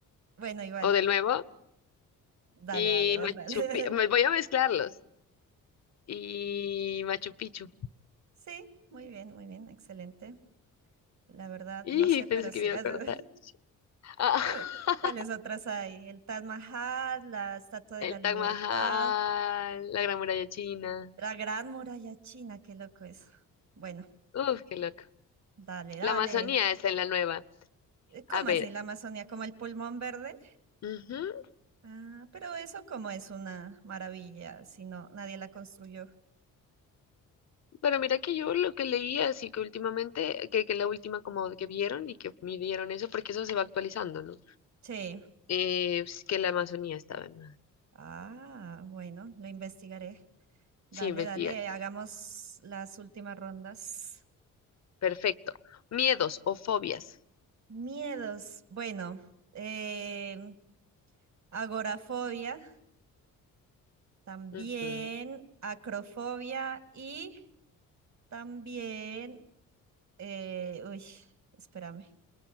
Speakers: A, on the right; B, on the left.
A: Bueno, igual.
B: O de nuevo.
A: Dale,
B: Y
A: dale, vos
B: Machu
A: dale.
B: Picchu, me
A: <laughs>
B: voy a mezclarlos. Y Machu Picchu.
A: Sí, muy bien, muy bien, excelente. La verdad,
B: Y
A: no sé,
B: pensé
A: pero sí.
B: que me iba
A: <laughs>
B: a cortar. Ah,
A: Dime, cu-
B: <laughs>
A: ¿cuáles otras hay? El Taj Mahal, la Estatua de
B: el
A: la Libertad,
B: Taj Mahal, la Gran Muralla China.
A: la Gran Muralla China, qué loco eso. Bueno,
B: Uf, qué loco.
A: dale, dale.
B: La Amazonía está en la nueva.
A: Eh, ¿Cómo
B: A ver.
A: así la Amazonía? ¿Como el pulmón verde?
B: ujú,
A: Ah, pero eso como es una maravilla, si no, nadie la construyó.
B: Pero mira que yo lo que leí así que últimamente, que, que la última como que vieron y que midieron eso, porque eso se va actualizando, ¿no?
A: Sí.
B: Eh, es que la Amazonía estaba en...
A: Ah, bueno, lo investigaré. Dale,
B: Sí, investigar.
A: dale, hagamos las últimas rondas.
B: Perfecto. Miedos o fobias.
A: Miedos. Bueno, eh, agorafobia, también
B: Ujú.
A: acrofobia y también, eh, uy, espérame,